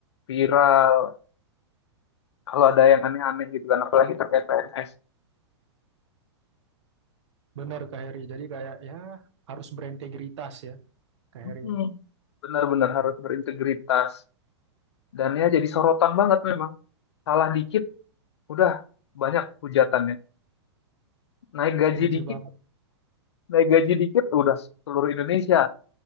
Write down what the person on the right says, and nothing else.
Bener Kak Heri. Jadi kayak ya harus berintegritas ya Kak
Heri. ya.
Setuju
banget.